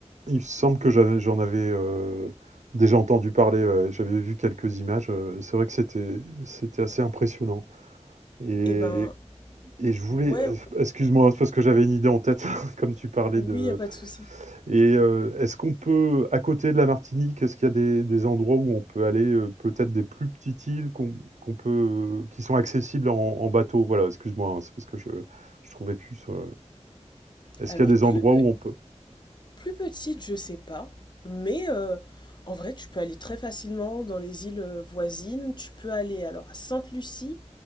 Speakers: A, on the right; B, on the left.
A: il me semble que j'avais j'en avais, heu, déjà entendu parler, ouais, j'avais vu quelques images, heu, c'est vrai que c'était c'était assez impressionnant et
B: Eh ben,
A: Et je voulais,
B: ouais,
A: excuse-moi, hein, c'est parce que j'avais une idée en tête <laughs> comme tu parlais
B: oui,
A: de
B: y a pas de souci.
A: et heu, est-ce qu'on peut à côté de la Martinique, est-ce qu'il y a des des endroits où on peut aller, heu, peut-être des plus petites îles qu'on qu'on peut qui sont accessibles en en bateau? Voilà, excuse-moi, hein, c'est parce que je je trouvais plus, heu, est-ce
B: Alors,
A: qu'il y a des
B: plus,
A: endroits
B: pe-
A: où on peut
B: plus petite, je sais pas. Mais euh, en vrai, tu peux aller très facilement dans les îles euh, voisines. Tu peux aller alors à Sainte-Lucie.